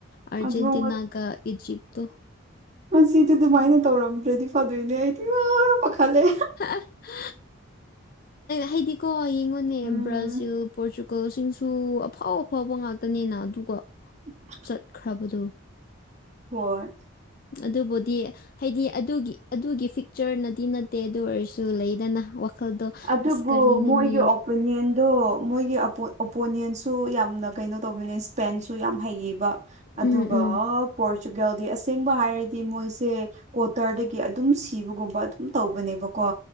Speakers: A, on the left (about 45°); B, on the right (about 35°).
A: ꯑꯔꯖꯦꯟꯇꯤꯅꯥꯒ
B: ꯑꯗꯣ
A: ꯏꯖꯤꯞꯇ‌ꯣ
B: ꯃꯁꯤꯗꯤ ꯑꯗꯨꯃꯥꯏꯅ ꯇꯧꯔꯝꯗ꯭ꯔꯗꯤ ꯐꯗꯣꯏꯅꯦ ꯑꯩꯗꯤ ꯏꯃꯥ ꯄꯥꯈꯠꯂꯦ
A: <unintelligible> ꯍꯥꯏꯗꯤꯀꯣ ꯌꯦꯡꯉꯣꯅꯦ
B: ꯎꯝ
A: ꯕ꯭ꯔꯥꯖꯤꯜ ꯄꯣꯔꯇꯨꯒꯜꯁꯤꯡꯁꯨ ꯑꯐꯥꯎ ꯑꯐꯥꯎꯕ ꯉꯥꯛꯇ ꯉꯥꯛꯇꯅꯤꯅ ꯑꯗꯨꯒ
B: <inaudible>
A: ꯆꯠꯈ꯭ꯔꯕꯗꯨ
B: ꯍꯣꯏ
A: ꯑꯗꯨꯕꯨꯗꯤ ꯍꯥꯏꯗꯤ ꯑꯗꯨꯒꯤ ꯑꯗꯨꯒꯤ ꯐꯤꯛꯆꯔꯅꯗꯤ ꯅꯠꯇꯦ ꯑꯗꯨ ꯑꯣꯏꯔꯁꯨ ꯂꯩꯗꯅ ꯋꯥꯈꯜꯗꯣ
B: ꯑꯗꯨꯕꯨ
A: ꯑꯁ ꯀꯔꯤꯅꯅꯤ
B: ꯃꯣꯏꯒꯤ ꯑꯣꯄꯤꯅꯤꯌꯟꯗꯣ ꯃꯣꯏꯒꯤ ꯑꯣꯄꯣꯅꯦꯟꯁꯨ ꯌꯥꯝꯅ ꯀꯩꯅꯣ ꯇꯧꯕꯅꯦ ꯁ꯭ꯄꯦꯟꯁꯨ ꯌꯥꯝ ꯍꯩꯌꯦꯕ ꯑꯗꯨꯒ
A: ꯎꯝ ꯎꯝ
B: ꯄꯣꯔꯆꯨꯒꯦꯜꯗꯤ ꯑꯁꯦꯡꯕ ꯍꯥꯏꯔꯗꯤ ꯃꯣꯏꯁꯦ ꯀꯣꯇꯔꯗꯒꯤ ꯑꯗꯨꯝ ꯁꯤꯕꯒꯨꯝꯕ ꯑꯗꯨꯝ ꯇꯧꯕꯅꯦꯕꯀꯣ